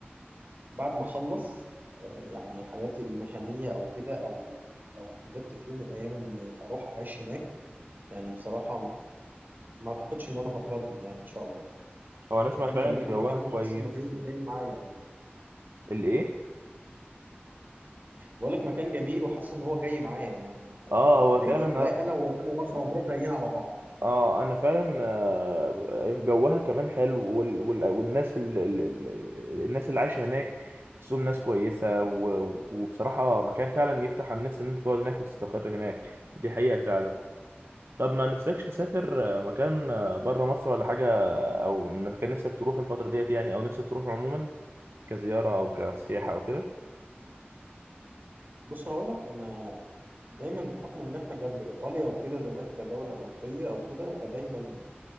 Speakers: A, on the right (about 50°); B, on the right (about 80°).
A: بعد ما اخلص آه، يعني حياتي المهنيه او كده او لو قدرت في يوم من الايام اني اروح اعيش هناك يعني بصراحه ما اعتقدش ان انا هتردد يعني ان شاء الله
B: هو انا اسمع
A: مكان
B: فعلا
A: جميل
B: ان
A: وبحبه
B: جوها كويس
A: وحاسس انه جاي جاي معايا أوي يعني
B: الايه
A: مم. بقول لك مكان جميل وحاسس ان هو جاي معايا يعني يعني
B: اه هو
A: لايق-
B: فعلا
A: لا انا وانا ومرسى مطروح لايقين على بعض
B: اه انا فعلا آه، جوها كمان حلو وال... وال... والناس ال... ال... ال- الناس اللي عايشه هناك تحسهم ناس كويسه و... وبصراحه مكان فعلا يفتح على النفس ان انت تقعد هناك وتستقر هناك دي حقيقه فعلا طب ما نفسكش تسافر آه، مكان بره مصر ولا حاجه او مكان نفسك تروحه الفتره ديت يعني او نفسك تروحه عموما كزياره او كسياحه او كده
A: بص هقول لك انا دايما بحكم ان احنا جنب ايطاليا وكده زمان كدوله اوروبيه او كده فدايما